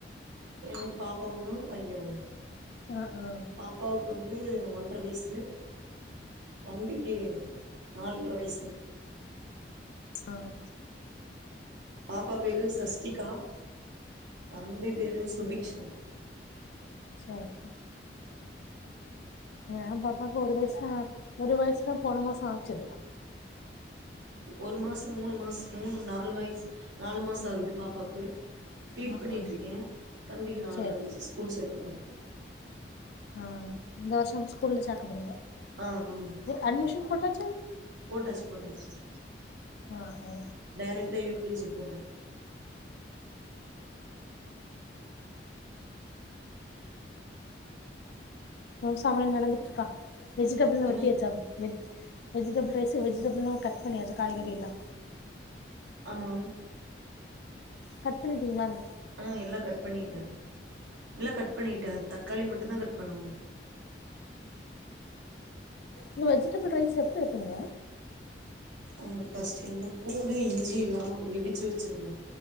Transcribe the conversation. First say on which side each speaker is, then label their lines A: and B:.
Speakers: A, on the right (about 80°); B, on the left (about 60°).
A: எனக்கு பாப்பா ஒண்ணும் பைய ஒண்ணும்
B: ஆ ஆ
A: பாப்பாக்கும் உம் ஒன் ர வயசு தம்பிக்கு நாலர வயசு
B: ஆஹ்
A: பாப்பா பேரு சஷ்டிகா தம்பி பேரு சுபிக்ஷன்
B: சரி சரி என் பாப்பாவுக்கு ஒரு வயசு ஒரு வயசுதா போன மாசம் ஆச்சு
A: ஒரு மாசம் மூணு மாசம் மூணு நாலு வயசு நாலு மாசம் ஆகுது பாப்பாவுக்கு பீட்
B: ஆ
A: பண்ணிட்டு
B: ஆ
A: இருக்கேன் தம்பிக்கு நாலரை
B: சேரி சேரி
A: வயசு ஸ்கூல் சேர்த்த போறே
B: ஆஹ் இந்த வருஷம் ஸ்கூல்ல சேக்க போறீங்க
A: ஆ ஆமாங்க
B: அட்மிஷன் போட்டாச்
A: போட்டாச்சு போட்டாச்சுங்க
B: ஆ ஆ
A: டெரெக்டா யூ கே ஜி போறாங்க
B: ஒசமையல் நடந்துட்டு இருக்கா வெஜிடேபிள் எல்லா
A: என்ன
B: வெட்டியாச்சா veg vegetable rice vegetable cut பண்ணியாச்ச காய்கறி எல்லா
A: ஆமா
B: கட் பண்ணிடீங்களனா
A: ஆஹ் எல்லாம் கட் பண்ணிட்டே எல்லா கட் பண்ணிட்டே தக்காளி மட்டுதான் கட் பண்ணும்
B: ந்த வெஜிடெபிள் ரைஸ் எப்டி வைப்பீங்க
A: உம் ஃபர்ஸ்டு பூண்டு இஞ்சி எல்லாம இடிச்சு வச்சிருவேன்